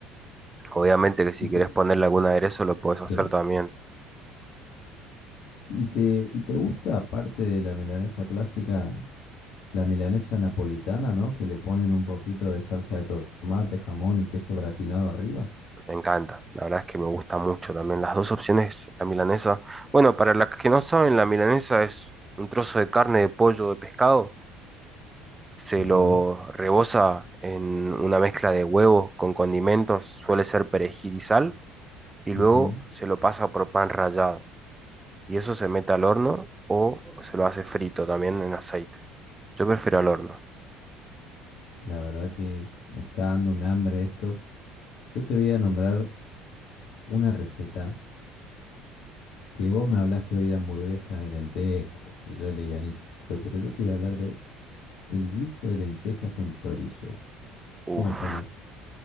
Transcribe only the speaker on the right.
Obviamente que si
querés
ponerle algún aderezo, lo puedes
hacer también.
Me encanta. La verdad es que me gusta mucho también. Las dos opciones, la milanesa. Bueno, para las que no saben, la milanesa es un trozo de carne, de pollo, de pescado se
lo reboza en una mezcla de huevos con condimentos, suele ser perejil y sal, y
luego se lo pasa por pan rallado. Y eso se mete al horno o se lo hace frito también en aceite. Yo prefiero al horno.
Uf,